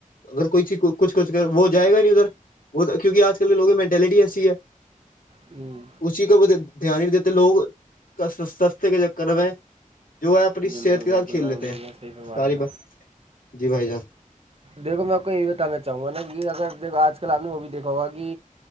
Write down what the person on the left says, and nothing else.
اگر کوئی چیز کچھ کچھ وہ جائے گا نہیں ادھر وہ کیونکہ آج کل کےوگ مٹٹیلٹی ایسی ہے
اسی کا دھیان نہیں دیتے لوگ سستے کے کروئے جو ہے اپنی صحت
کے
ساتھ کھیل
لیتے
ہیں
ساری
بات جی بھائی جان